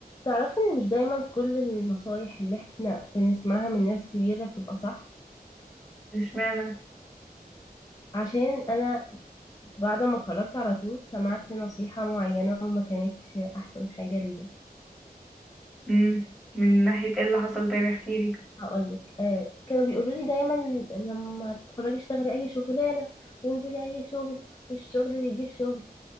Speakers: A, on the left; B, in the centre.
A: تعرفي ان مش دايما كل النصايح اللي احنا بنسمعها من ناس كبيرة بتبقى صح
B: اشمعنى
A: عشان انا بعد ما اتخرجت على طول سمعت نصيحة معينة وما كانتش احسن حاجة ليا
B: امم من ناحية ايه اللي حصل طيب احكيلي
A: هقولك آه كانوا بيقولوا لي دايما لما تتخرجي اشتغلي اي شغلانة وانزلي اي شغل والشغل بيجيب شغل